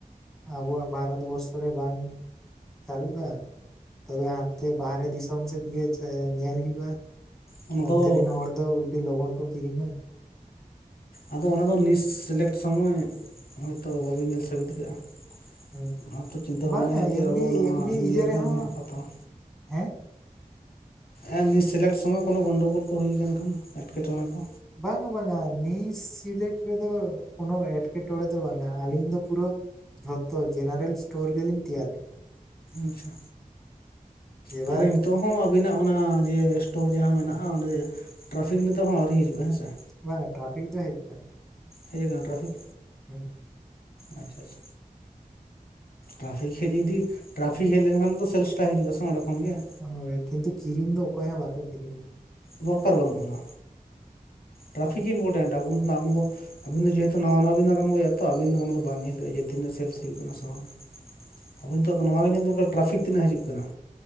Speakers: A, in the centre; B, on the left.
A: ᱟᱵᱚᱣᱟᱜ ᱵᱷᱟᱨᱚᱛ ᱵᱚᱨᱥᱚ ᱨᱮ ᱵᱟᱝ ᱪᱟᱹᱞᱩᱜ-ᱟ ᱛᱚᱵᱮ ᱦᱟᱱᱛᱮ ᱵᱟᱦᱨᱮ ᱫᱤᱥᱚᱢ ᱥᱮᱫ ᱜᱮ ᱟᱪᱪᱟ ᱧᱮᱞ ᱦᱩᱭᱩᱜᱼᱟ
B: ᱚᱱᱟ ᱫᱚ
A: ᱚᱱᱛᱮ ᱨᱮᱱ ᱦᱚᱲ ᱫᱚ ᱟᱹᱰᱤ ᱞᱚᱜᱚᱱ ᱠᱚ ᱠᱤᱨᱤᱧᱟ
B: ᱟᱫᱚ ᱚᱱᱟ ᱫᱚ ᱱᱤᱥ ᱥᱤᱞᱮᱠᱴ ᱥᱚᱢᱚᱭ ᱦᱚᱭ ᱛᱳ ᱵᱟᱵᱤᱱ ᱧᱮᱞ ᱥᱟᱹᱵᱤᱫ ᱫᱟᱨᱮ-ᱟ
A: ᱦᱮᱸ
B: ᱚᱱᱟ ᱛᱚ ᱪᱤᱱᱛᱟᱹ ᱵᱷᱟᱵᱱᱟ
A: ᱵᱟᱝᱟ
B: ᱦᱩᱭᱩᱜ ᱡᱮ
A: ᱮᱢᱱᱤ
B: ᱟᱵᱚ ᱱᱚᱣᱟ
A: ᱮᱢᱱᱤ
B: ᱤᱱᱰᱤᱭᱟ
A: ᱤᱭᱟᱹ
B: ᱨᱮᱱ
A: ᱨᱮᱦᱚᱸ
B: ᱦᱚᱸ ᱢᱮᱱᱟᱜ ᱠᱚ ᱦᱟᱛᱟᱣᱟ
A: ᱦᱮᱸ
B: ᱮᱱ ᱱᱤᱭᱟᱹ ᱥᱤᱞᱮᱠᱴ ᱥᱚᱢᱚᱭ ᱠᱳᱱᱳ ᱜᱚᱱᱰᱳᱜᱳᱞ ᱠᱚ ᱦᱩᱭ ᱠᱟᱱ ᱠᱷᱟᱱ ᱮᱴᱠᱮᱴᱚᱬᱮ ᱠᱚ
A: ᱵᱟᱝ-ᱟ ᱵᱟᱝ-ᱟ ᱱᱤᱥ ᱥᱤᱞᱮᱴ ᱨᱮ ᱫᱚ ᱠᱳᱱᱚ ᱮᱸᱴᱠᱮᱴᱚᱬᱮ ᱫᱚ ᱵᱟᱝ-ᱟ ᱟᱹᱞᱤᱧ ᱫᱚ ᱯᱩᱨᱟᱹ ᱡᱷᱚᱛᱚ ᱡᱮᱱᱟᱨᱮᱞ ᱥᱴᱳᱨ ᱜᱮᱞᱤᱧ ᱛᱮᱭᱟᱨ ᱠᱟᱜᱼᱟ
B: ᱟᱪᱪᱷᱟ
A: ᱮᱵᱟᱨ
B: ᱛᱟᱦᱞᱮ ᱱᱤᱛᱚᱜ ᱦᱚᱸ ᱟᱵᱤᱱᱟᱜ ᱚᱱᱟ ᱡᱮ ᱥᱴᱳᱨ ᱡᱟᱦᱟᱸ ᱢᱮᱱᱟᱜᱼᱟ ᱚᱸᱰᱮ ᱴᱨᱟᱯᱷᱤᱠ ᱱᱤᱛᱚᱜ ᱦᱚᱸ ᱟᱹᱣᱨᱤ ᱦᱤᱡᱩᱜᱼᱟ ᱦᱮᱸ ᱥᱮ
A: ᱵᱟᱝ ᱴᱨᱟᱯᱷᱤᱠ ᱫᱚ ᱦᱮᱡ ᱠᱟᱱᱟ
B: ᱦᱮᱡ ᱠᱟᱱᱟ ᱴᱨᱟᱯᱷᱤᱠ
A: ᱦᱩᱸ
B: ᱟᱪᱪᱷᱟ ᱟᱪᱪᱟ ᱴᱨᱟᱯᱷᱤᱠ ᱦᱮᱡ ᱤᱫᱤ ᱴᱨᱟᱯᱷᱤᱠ ᱦᱮᱡ ᱞᱮᱱᱠᱷᱟᱱ ᱫᱚ ᱥᱮᱞᱮᱥᱴᱟ ᱦᱤᱡᱩᱜᱼᱟ ᱥᱮ ᱚᱸᱰᱮ ᱠᱷᱚᱱ ᱜᱮ
A: ᱦᱳᱭ ᱠᱤᱱᱛᱩ ᱠᱤᱨᱤᱧ ᱫᱚ ᱚᱠᱚᱭ ᱦᱚᱸ ᱵᱟᱠᱚ ᱠᱤᱨᱤᱧ ᱭᱮ-ᱟ
B: ᱫᱚᱨᱠᱟᱨ ᱵᱟᱹᱱᱩᱜ ᱟᱱᱟ ᱴᱨᱟᱯᱷᱤᱠ ᱤᱢᱯᱳᱴᱮᱱᱴ ᱟᱵᱩᱱ ᱟᱢᱩᱱ ᱫᱚ ᱟᱵᱤᱱ ᱫᱚ ᱡᱮᱦᱮᱛᱩ ᱱᱟᱣᱟ ᱱᱟᱣᱟ ᱵᱤᱱ ᱟᱨᱟᱢᱵᱚ ᱟᱵᱤᱱ ᱫᱚ ᱚᱱᱟ ᱫᱚ ᱵᱟᱝ ᱧᱮᱞ ᱦᱩᱭᱩᱜᱼᱟ ᱡᱮ ᱛᱤᱱᱟᱹᱜ ᱥᱮᱞᱥ ᱦᱩᱭᱩᱜ ᱠᱟᱱᱟ ᱥᱮ ᱵᱟᱝ
A: ᱦᱮ <inaudible>
B: ᱱᱤᱛᱚᱜ ᱫᱚ ᱱᱚᱦᱟ ᱜᱮ ᱧᱮᱞ ᱫᱚᱨᱠᱟᱨ ᱴᱨᱟᱯᱷᱤᱠ ᱛᱤᱱᱟᱹᱜ ᱦᱤᱡᱩᱜ ᱠᱟᱱᱟ